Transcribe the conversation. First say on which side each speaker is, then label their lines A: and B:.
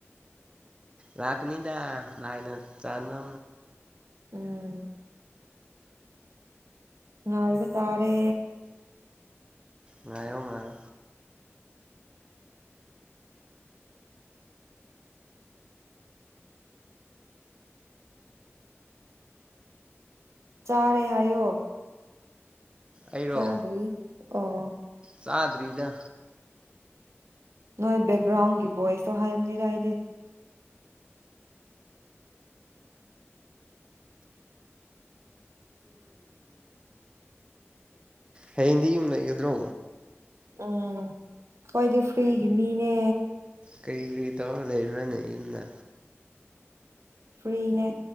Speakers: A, on the right; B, on the right.
A: ꯂꯥꯛꯅꯤꯗꯥ ꯂꯅ ꯆꯥꯕ
B: ꯎꯝ ꯑ ꯏꯕ ꯇꯥꯔꯦ
A: ꯉꯥꯏꯣ ꯉꯥꯏꯌꯣ
B: ꯆꯥꯔꯦ ꯍꯥꯏꯣ
A: ꯑꯩꯔꯣ
B: ꯆꯗ꯭ꯔꯤ ꯑꯣ
A: ꯆꯥꯗ꯭ꯔꯤꯗ
B: ꯅꯣꯏ ꯕꯦꯛꯒ꯭ꯔꯥꯎꯟꯒꯤ ꯕꯣꯏꯁꯇꯣ ꯍꯥꯏꯕꯅꯦꯗ ꯑꯩꯗꯤ
A: ꯍꯌꯦꯡꯗꯤ ꯌꯨꯝ ꯂꯩꯒꯗ꯭ꯔꯣ
B: ꯑꯥ ꯀꯣꯏꯗꯤ ꯐꯔꯤꯒꯤ ꯃꯤꯅꯦ
A: ꯀꯩ ꯀꯔꯤ ꯇ ꯂꯩꯕꯅꯤꯅ
B: ꯐ꯭ꯔꯤꯅꯦ